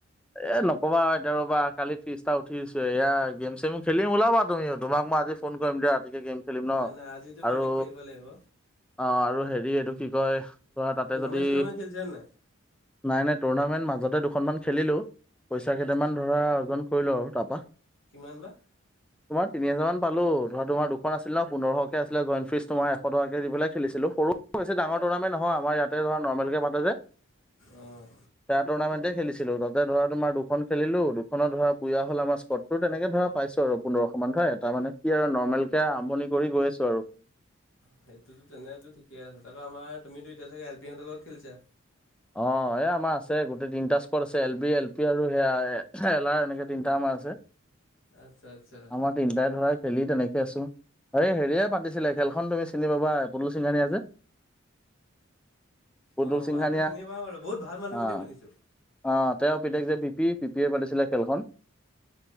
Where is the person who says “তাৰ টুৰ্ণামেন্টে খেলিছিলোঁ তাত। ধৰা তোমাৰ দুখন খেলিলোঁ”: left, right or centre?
Centre